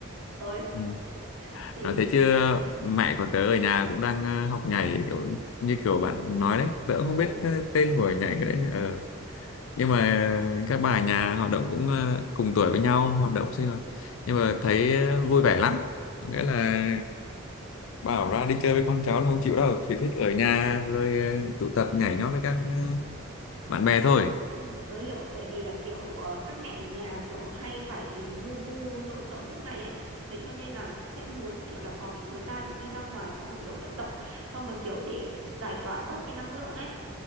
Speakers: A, on the right; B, on the left.
A: ấy
B: ừ.
A: thì
B: nói thế chứ mẹ của tớ ở nhà cũng đang ờ, học nhảy kiểu như kiểu bạn nói đấy tớ cũng không
A: ồ
B: biết ờ, tên của nhảy đấy ừ. nhưng mà ờ, các bà ở nhà hoạt động cũng ờ, cùng tuổi với nhau hoạt động
A: ừm,
B: sinh hoạt nhưng mà thấy ờ, vui vẻ lắm Có nghĩa là bảo ra đi chơi với con cháu là không chịu đâu chỉ thích ở nhà rồi ờ, tụ tập nhảy nhót với các ờ, bạn bè thôi
A: ừm, tớ hiểu tại vì là kiểu ờ, các mẹ ở nhà kiểu hay phải ừm, lu bu nội trợ suốt ngày ấy thế cho nên là sẽ muốn kiểu là có cái thời gian đi ra ngoài xong rồi kiểu vận động xong rồi kiểu để giải tỏa bớt cái năng lượng ấy